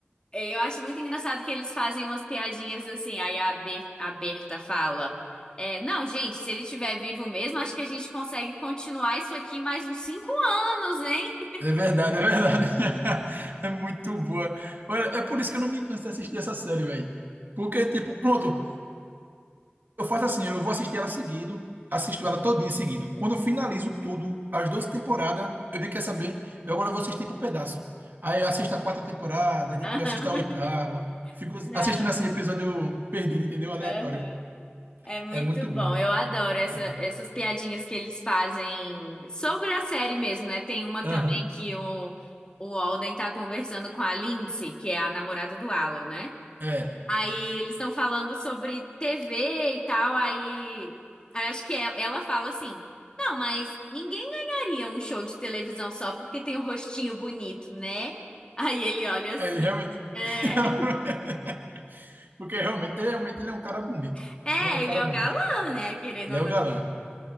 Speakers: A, on the left (about 25°); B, on the right (about 55°).
A: Eu acho muito engraçado que eles fazem umas piadinhas assim. Aí a, Ber- a Berta fala: é, não, gente, se ele estiver vivo mesmo, acho que a gente consegue continuar isso aqui mais uns cinco anos, hein?
B: É verdade, é verdade. <laughs> É muito boa. Olha, É por isso que eu não me canso de assistir essa série, velho. Porque, tipo, pronto, eu faço assim, eu vou assistir ela seguido, assisto ela todinha seguido. Quando eu finalizo tudo, as 12 temporadas, eu digo, quer saber, eu agora vou assistir por pedaço. Aí eu assisto a quarta temporada, aí depois
A: <laughs>
B: assisto a oitava. Fico
A: Não,
B: assistindo assim, episódio perdido, entendeu? Aleatório.
A: aham. É muito
B: É muito bom.
A: bom, eu adoro
B: Muito
A: essa-
B: bom.
A: essas piadinhas que eles fazem sobre a série mesmo, né? Tem uma
B: Aham.
A: também que o, o Alden tá conversando com a Lindsay, que é a namorada do Alan, né?
B: É.
A: Aí eles estão falando sobre TV e tal, aí, aí acho que ela, ela fala assim: Não, mas ninguém ganharia um show de televisão só porque tem um rostinho bonito, né? Aí ele olha assim:
B: É, ele realmente.
A: É,
B: <laughs> Porque realmente, realmente ele é um cara bonito.
A: <laughs> é,
B: Ele é um cara
A: ele é
B: bonito.
A: o galã, né? Querendo
B: Ele
A: ou
B: é o
A: não.
B: galã.